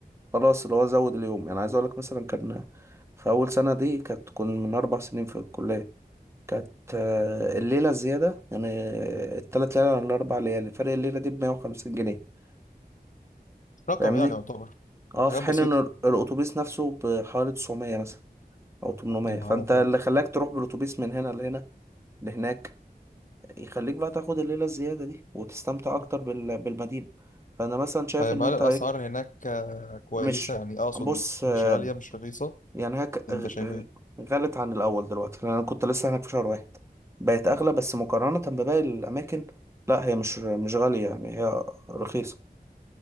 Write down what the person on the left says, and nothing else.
مش رقم
يعني يعتبر
حاجات
بسيطة
يا نهار
أبيض
طيب
هل
الأسعار
هناك آه، كويسة
يعني أقصد
مش غالية مش رخيصة
أنت
شايف
إيه؟